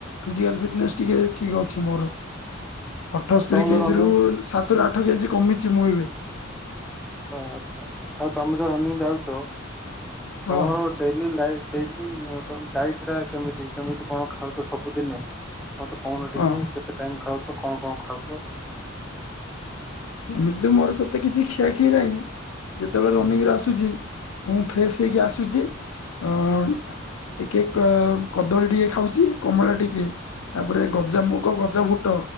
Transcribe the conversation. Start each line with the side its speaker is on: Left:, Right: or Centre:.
Left: ଫିଜିକାଲ୍ ଫିଟନେସ୍ ଟିକେ ଠିକ୍ ଅଛି ମୋର।
Centre: <inaudible>
Left: ଅଠସ୍ତରୀ
Centre: ତମେ
Left: କେଜି
Centre: ଯୋଉ ରନିଂ
Left: ରୁ ସାତରୁ ଆଠ କେଜି କମିଚି ମୁଁ ଏବେ।
Centre: ଓ ଆଛା ଆଛା, ଆଉ ତମେ ଯେଉ ରନିଙ୍ଗି ଯାଉଚ,
Left: ହଁ
Centre: ତମର ଡେଲି ଲାଇଟ୍, ଡେଲି ଡାଇଟି ଟା କେମିତି, କେମିତି କଣ ଖାଉଚ ସବୁଦିନେ? ମତେ କହୁନ ଟିକେ,
Left: ହଁ
Centre: କେତେ ଟାଇମ୍ ଖାଉଚ, କଣ କଣ ଖାଉଚ?
Left: ସେମିତି ତ ମୋର ସହିତ କିଛି ଖିଆ ଖିଇ ନାହିଁ, ଯେତେବେଳେ ରନିଙ୍ଗ୍
Centre: ହୁଁ
Left: ରେ ଆସୁ ଆସୁଚି, ମୁଁ ଫ୍ରେଶ୍ ହେଇକି ଆସୁଚି, ଅ ଅ ଟିକେ କଦଳୀ ଟିକେ ଖାଉଚି, କମଳା ଟିକେ ତାପରେ ଗଜାମୁଗ, ଗଜାବୁଟ